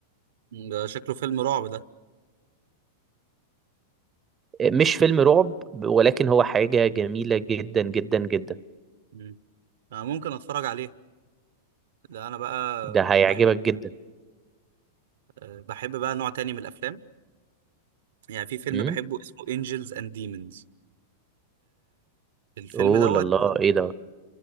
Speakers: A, on the right (about 75°); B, on the right (about 20°).
A: ده شكله فيلم رعب ده
B: مش فيلم رعب ولكن هو حاجة جميلة جدا جدا جدا
A: مم. آه ممكن اتفرج عليه ده انا بقى
B: ده هيعجبك
A: بحب
B: جدا
A: آه بحب بقى نوع تاني من الافلام يعني في فيلم
B: امم
A: بحبه اسمه انجلز اند ديمونز الفيلم
B: اوه
A: دوت
B: لا لا ايه ده